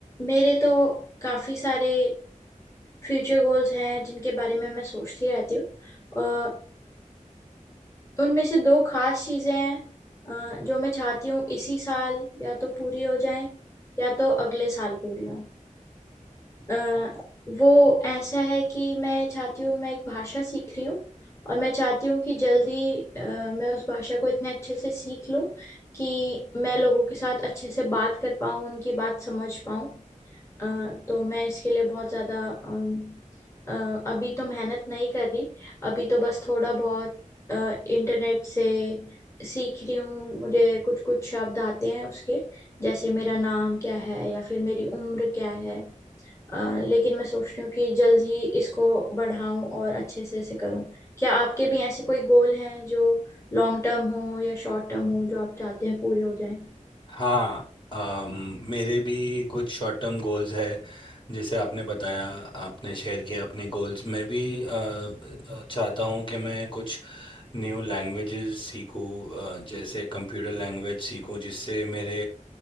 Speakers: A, on the left; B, on the left.
A: मेरे तो काफी सारे फ्यूचर गोल्स हैं जिनके बारे में मैं सोचती रहती हूँ अ, उनमें से दो खास चीजें हैं अ, जो मैं चाहती हूँ इसी साल या तो पूरी हो जाएं या तो अगले साल पूरी हों अ, वो ऐसा है कि मैं चाहती हूँ मैं एक भाषा सीख रही हूँ और मैं चाहती हूँ कि जल्दी अ, मैं उस भाषा को इतने अच्छे से सीख लूँ कि मैं लोगों के साथ अच्छे से बात कर पाऊँ उनकी बात समझ पाऊँ अ, तो मैं इसके लिए बहुत ज़्यादा अम, अ, अभी तो मेहनत नहीं कर रही अभी तो बस थोड़ा बहुत अ, इंटरनेट से सीख रही हूँ मुझे कुछ कुछ शब्द आते हैं उसके जैसे मेरा नाम क्या है या फिर मेरी उम्र क्या है अ, लेकिन मैं सोच रही हूँ कि जल्द ही इसको बढ़ाऊं और अच्छे से इसे करूं क्या आपके भी ऐसे कोई गोल हैं जो लॉन्ग टर्म हो या शॉर्ट टर्म हो जो आप चाहते हैं पूरे हो जाएं
B: हाँ अम, मेरे भी कुछ शॉर्ट टर्म गोल्स है जैसे आपने बताया आपने शेयर किया अपने गोल्स मैं भी अ, अ, चाहता हूँ कि मैं कुछ न्यू लैंग्वेजेस सीखूँ जैसे कंप्यूटर लैंग्वेज सीखूँ जिससे मेरे